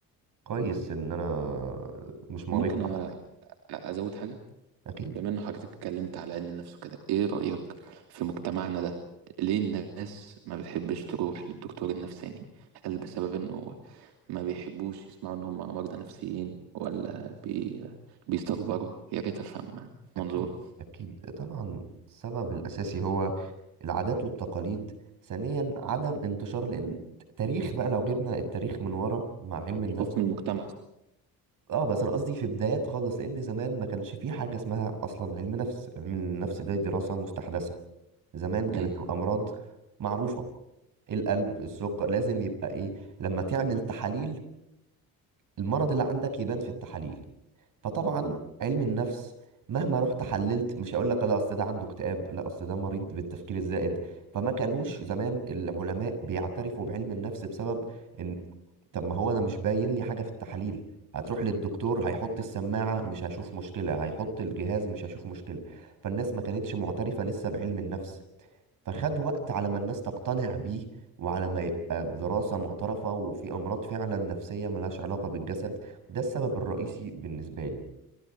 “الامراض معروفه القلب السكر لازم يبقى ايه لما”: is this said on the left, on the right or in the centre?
Right